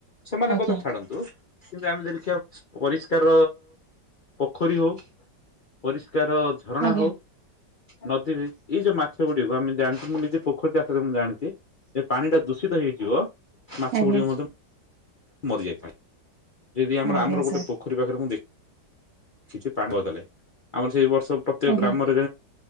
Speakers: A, on the left; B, on the right.
A: ସେମାନଙ୍କଥା
B: ଆଜ୍ଞା
A: ଛାଡନ୍ତୁ କିନ୍ତୁ ଆମେ ଯଦି ଦେଖିବା । ପରିଷ୍କାର ପୋଖରୀ ହଉ ପରିଷ୍ କାର ଝରଣା
B: ଆଜ୍ଞା
A: ହେଉ । ନଦୀ ବି ଏଇ ଯୋଉ ମା ଛ ଗୁଡ଼ିକ ଆମେ ଜାଣୁ ଆମେ ନିଜେ ପୋଖରୀ ଚାଷରେ ମୁଁ ଜାଣିଛି ଯେ ପାଣି ଟା ଦୂଷିତ ହେଇଯିବ ମାଛ
B: ଆଜ୍ଞା
A: ଗୁଡିକ ମଧ୍ୟ ମରିଯାଇଥାଏ ଯଦି ଆମର
B: ଆଜ୍ଞା
A: ଆମର
B: ସାର୍
A: ଗୋଟେ ପୋଖରୀ ପାଖରେ ମୁଁ ଦେଖ କିଛି ପାଣି ମରିଗଲେ ଆମର ସେଇ ବର୍ଷ ପ୍ରତ୍ୟେକ
B: ଆଜ୍ଞା
A: ଗ୍ରାମ ରେ